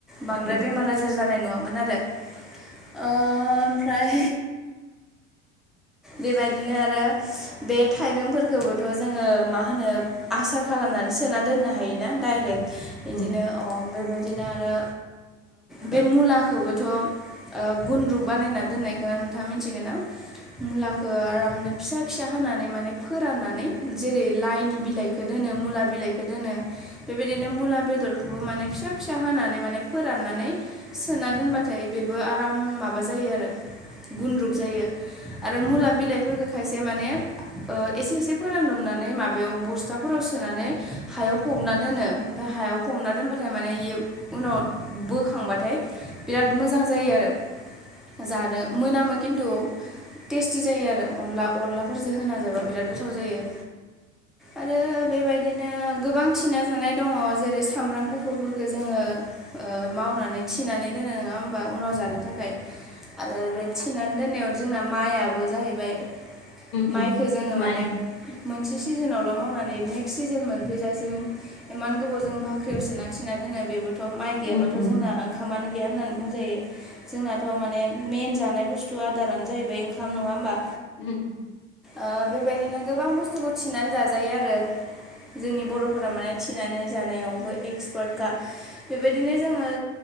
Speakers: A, in the centre; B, on the left (about 30°).
A: बांद्राय
B: दा
A: बेमार आजार जानाय नुवामोन आरो। ओमफ्राय बेबायदिनो आरो बे थाइबेंफोरखौबोथ' जोङो मा होनो आसार खालामनानै सोना दोननो हायोना डाइरेक्ट
B: एसेबाबो
A: बिदिनो अ बेबायदिनो आरो बे मुलाखौबोथ' गुनद्रु बानायना दोननायखौ नोंथाङा मिथिगोन ना मुलाखौ आरामनो। फिसा फिसा हानानै माने फोराननानै जेरै लाइनि बिलाइखौ दोनो मुला बिलाइखौ दोनो बेबायदिनो मुला बेदरखौबो माने फिसा फिसा हानै माने फोराननानै सोना दोनबा नाथाय बेबो आराम माबा जायो आरो गुन्द्रुग जायो। आरो मुला बिलाइफोरखौ खायसे माने एसे एसे फोरानदबनानै माबायाव बस्था फोराव सोनानै हायाव फबना दोनो ओमफाय हायाव फबना दोनबाथाय माने बि उनाव बोख खांबाथाय बिराद मोजां जायो आरो जानो मोनामो खिन्थु टेस्टि जायो आरो अनला अनलाफोरजों होना जाबा बिराद गोथाव जायो। आरो बेबायदिनो गोबां थिना जानाय दङ जेरै सामब्राम गु फुरफोरखौ जोङो मावनानै थिनानै दोनो नङा होमबा उनाव जानो थाखाय आरो बे थिनानै दोननायाव जोंना माइआबो जाहैबाय
B: बुंबाय
A: माइखौ जोङो माने मोनसे सिजोनावल' मावनानै नेक्स्ट सिजोन मोनफैजासिम इमान गोबाव जों बाख्रियाव सोना थिना दोननाय बेबोथ' माइ
B: नोंथां
A: गैयाब्लाथ' जोंना ओंखामानो गैया होननानै बुंजायो जोंनाथ' माने मेन जानाय बुस थु आदारानो जाहैबाय ओंखाम नङा होनबा?
B: उम उम।
A: ओ बेबायदिनो गोबां बुस्थुखौ थिनानै जाजायो आरो जोंनि बर'फोरा माने थिनानै जानायावबो एक्सपार्टखा बेबायदिनो जोङो